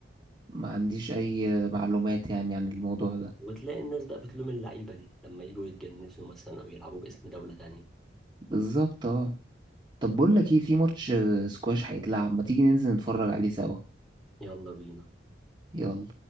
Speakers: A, on the right (about 25°); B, in the centre.
A: ما عنديش اي معلومات يعني عن الموضوع ده
B: وتلاقي الناس بقى بتلوم اللعيبة دي لما يجوا يتجنسوا مثلا أو يلعبوا باسم دولة تانية
A: بالظبط اه طب بقول لك ايه في ماتش آه، سكواش هيتلعب ما تيجي ننزل نتفرج عليه سوا
B: يلا بينا
A: يلا